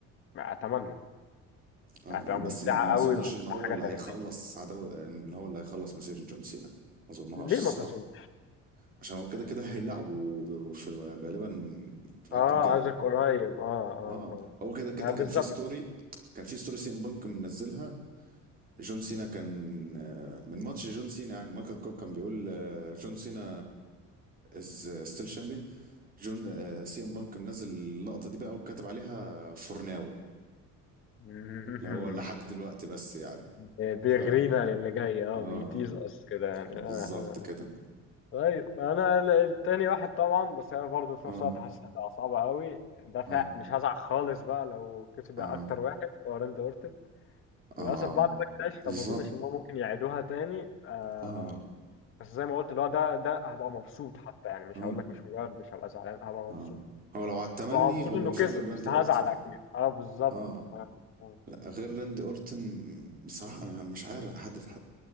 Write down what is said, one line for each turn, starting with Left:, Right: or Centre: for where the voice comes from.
Left: اتمنى
Right: آه
Left: هتبقى ممتعه
Right: بس ما, ما
Left: قوي
Right: أظنش
Left: وهتبقى
Right: إن هو
Left: حاجه
Right: اللي
Left: تاريخيه
Right: هيخلص عداوة إن هو اللي هيخلص مسيرة جون سينا ما أظنهاش
Left: ليه
Right: الصراحة
Left: ما تظن
Right: عشان هو كده كده هيلعبوا في غالبا في العرض
Left: اه
Right: الجاي
Left: قصدك قريب اه اه
Right: اه
Left: اه
Right: هو كده كده
Left: ما
Right: كان
Left: بالظبط
Right: في ستوري كان في ستوري سي ام بانك منزلها جون سينا كان آه، من ماتش جون سينا يعني مايكل كول كان بيقول آه، جون سينا از ستيل شامبيون جون آه، سي ام بانك منزل اللقطة دي بقى وكاتب عليها فور ناو
Left: <laughs>
Right: اللي هو لحد دلوقتي بس يعني
Left: بيغرينا
Right: ف
Left: للي جاي اه
Right: اه
Left: بيتيز اس كده يعني
Right: بالظبط
Left: اه اه آه.
Right: كده
Left: طيب انا ال- التاني واحد طبعا بس انا برضه في نفس
Right: اه
Left: الوقت حاسس هتبقى صعبه قوي ده فع-
Right: اه
Left: مش هزعل خالص بقى لو كسب
Right: اه
Left: اكتر واحد هو راندي اورتن
Right: اه
Left: للاسف بعد ما اكتشف
Right: بالظبط
Left: فما اظنش ان هو ممكن يعيدوها تاني آه
Right: اه
Left: بس زي ما قلت اللي هو ده ده هبقى مبسوط حتى يعني مش
Right: اه
Left: هقول لك مش مجرد مش هبقى زعلان هبقى مبسوط
Right: اه هو لو على التمني
Left: هبقى مبسوط
Right: هو
Left: مبسوط انه اكيد
Right: فعلا
Left: كسب بس مبسوط
Right: راندي اورتن
Left: هزعل مبسوط اكيد اه بالظبط
Right: اه
Left: آه، آه.
Right: لا غير راندي اورتن بصراحة انا مش عارف احدد حد